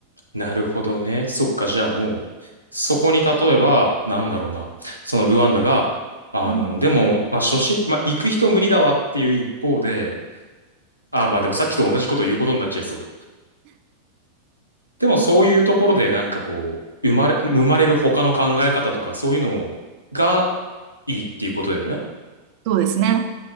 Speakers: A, on the right (about 85°); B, on the right (about 45°).
A: なるほどね。そっか、じゃあもう、そこに例えば、なんだろうな、そのルワンダが、あの、
B: うん、
A: でも、まあ、初心、まあ、行く人無理だわっていう一方で、あ、まあでもさっきと同じこと言うことになっちゃいそう。でもそういうところで、なんかこう、生まれ、生まれる他の考え方とか、そういうのがいいっていうことだよね。
B: そうですね。